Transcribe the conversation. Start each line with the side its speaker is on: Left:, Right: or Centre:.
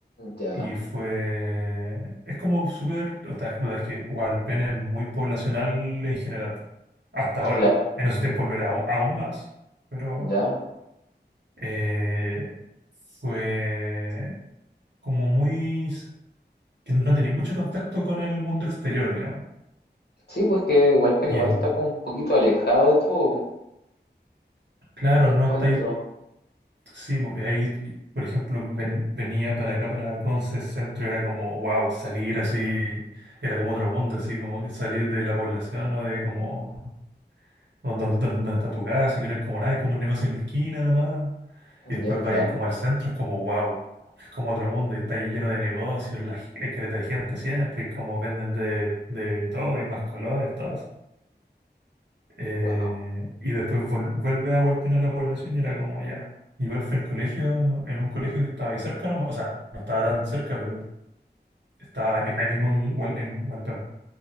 Left: ya,
Right: Y fue... Es como súper... O sea, es puta, es que Hualpén es muy poblacional en general. po. Hasta ahora.
Left: claro,
Right: En esos tiempos lo era au- aún más. Pero
Left: ya.
Right: eh, fue como muy... que no tenía mucho contacto con el mundo exterior, digamos.
Left: Sí, pues que Walpen
Right: Y
Left: igual
Right: en,
Left: está como un poquito alejado de todo, po,
Right: claro,
Left: encuentro.
Right: no está ahí, sí, bo- ahí, por ejemplo, ven- venía para acá, para Conce Centro, era como, wow, salir así, era como otro mundo, así como que salir de la población, ¿no? De como, donde, donde- donde está tu casa, y que no hay como nada, hay como un negocio en la esquina nomás, y después
Left: Ya, claro.
Right: vayas como al centro, es como, wow. Es como otro mundo, y está ahí lleno de negocios, la, hay caleta de gente siempre, y como venden de, de todo, hay más colores, todo. Eh,
Left: Wow.
Right: y después vol- vuelve a golpear a la población y era como, ya. Igual fue el colegio, en un colegio que estaba ahí cerca nomás, o sea, no estaba tan cerca, pero estaba ahí, mi- ahí mismo en, Hual- en Hualpén.